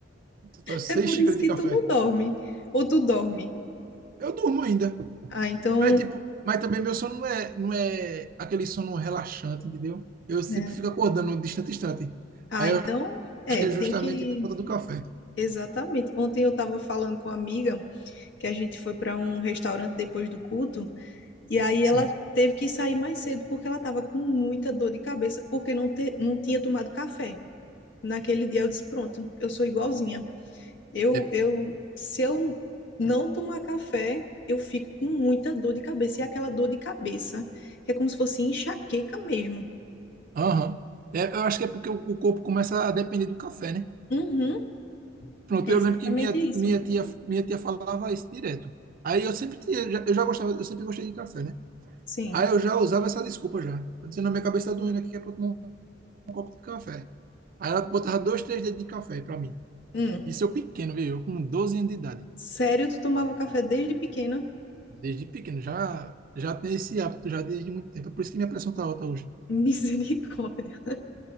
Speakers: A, on the right; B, on the left.
A: tô seis
B: É por
A: xícaras
B: isso que
A: de café.
B: tu não dorme, ou tu dorme.
A: Eu durmo ainda,
B: Ah, então,
A: mas, tipo, mas também meu sono não é, não é aquele sono relaxante, entendeu? Eu sempre
B: né?
A: fico acordando distante, distante.
B: Ah,
A: Aí,
B: então,
A: eu acho
B: é,
A: que
B: tem
A: é justamente
B: que.
A: por conta do café.
B: Exatamente. Ontem eu estava falando com uma amiga que a gente foi para um restaurante depois do culto, e aí
A: Sim.
B: ela teve que sair mais cedo porque ela estava com muita dor de cabeça porque não, te, não tinha tomado café. Naquele dia eu disse: Pronto, eu sou igualzinha. Eu,
A: É
B: eu, se eu não tomar café, eu fico com muita dor de cabeça. E é aquela dor de cabeça, que é como se fosse enxaqueca mesmo.
A: Aham. É, eu acho que é porque o, o corpo começa a depender do café, né?
B: Uhum,
A: Pronto,
B: é
A: eu
B: exatamente
A: lembro que minha, ti-
B: isso.
A: minha tia, minha tia falava isso direto. Aí eu sempre tinha, eu já eu já gostava, eu sempre gostei de café, né?
B: Sim.
A: Aí eu já usava essa desculpa já. Eu dizia, na minha cabeça tá doendo aqui que é pra tomar um copo de café. Aí ela botava dois, três dedos de café pra mim.
B: Hum.
A: Isso eu pequeno, viu? Eu com 12 anos de idade.
B: Sério, tu tomava café desde pequena?
A: Desde pequeno, já, já tenho esse hábito, já desde muito tempo. É por isso que minha pressão tá alta hoje.
B: <laughs> Misericórdia.